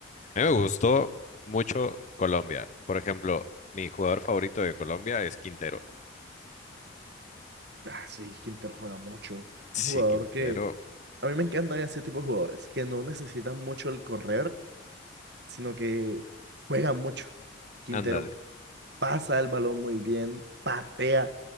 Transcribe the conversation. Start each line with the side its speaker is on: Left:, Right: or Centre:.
Left: a mí me gustó mucho Colombia. Por ejemplo, mi jugador favorito de Colombia es Quintero.
Right: Ah, sí, Quintero juega mucho.
Left: Sí,
Right: Un jugador
Left: Quintero,
Right: que a mí me encantan ese tipo de jugadores, que no necesitan mucho el correr, sino que juegan mucho. Quintero
Left: ándale.
Right: pasa el balón muy bien, patea,